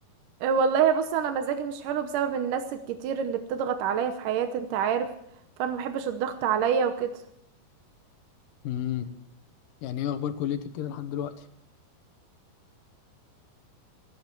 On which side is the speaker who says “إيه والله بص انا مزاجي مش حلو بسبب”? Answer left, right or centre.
Right